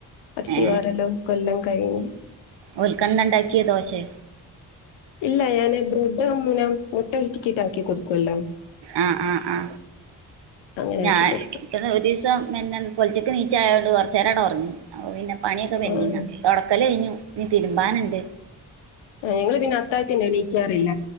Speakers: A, on the left; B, on the right.
A: അടച്ചി
B: ഏ
A: വാരലും കൊല്ലം കഴിഞ്ഞ്.
B: ഓൽക്ക ന്താ ഉണ്ടാക്കിയെ, ദോശെ?
A: ഇല്ല, ഞാന് ബ്രെഡും മുനം മുട്ട ഇച്ച്ചിക്കാകിട്ടു കൊടുക്കുവല്ലോ.
B: ആഹ് ആ ആ
A: അങ്ങനെ
B: ഞാൻ,
A: ആക്കി കൊടുത്തു
B: <unintelligible> ഒരിസം പിന്നെ പൊലച്ചക്ക് നീച്ച ആയതോണ്ട്, കുറച്ച നേരങ്ങട് ഒറങ്ങി. അപ്പോ പിന്നെ പണിയൊക്കെ പെൻഡിങ്ങാ.
A: ആഹ്
B: തൊടക്കല് കഴിഞ്ഞു. ഇനി തിരുമ്പാനുണ്ട്.
A: ഏ ങ്ങള് പിന്നെ അത്തായത്തിന് എണീക്കാറില്ല.